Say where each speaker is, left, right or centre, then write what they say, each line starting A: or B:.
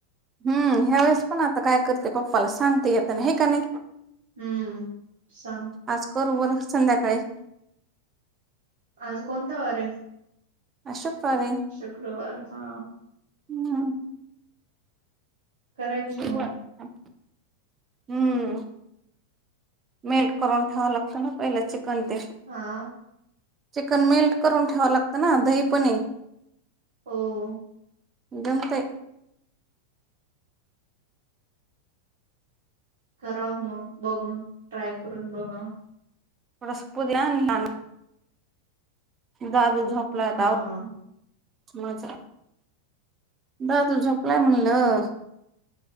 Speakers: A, on the right; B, on the right.
A: हम्म ह्यावेळेस पण आता काय करते पप्पाला सांगते येता हे का नाही.
B: हम्म सांग
A: आज करू बर संध्याकाळी
B: आज कोणता वार आहे
A: आज शुक्रवार आहे
B: शुक्रवार हा.
A: हम्म.
B: करायची
A: बघू
B: मग
A: आता थांब हम्म. मेल्ट करून ठेवा लागतं ना पहिलं चिकन ते.
B: हा.
A: चिकन मेल्ट करून ठेवा लागतं ना दहीपणे
B: हो.
A: जमते.
B: करा मग बघून ट्राय करून बघा.
A: थोड. <unintelligible> दादू झोपला होता.
B: हा
A: मजा दादु झोपलाय म्हणलं.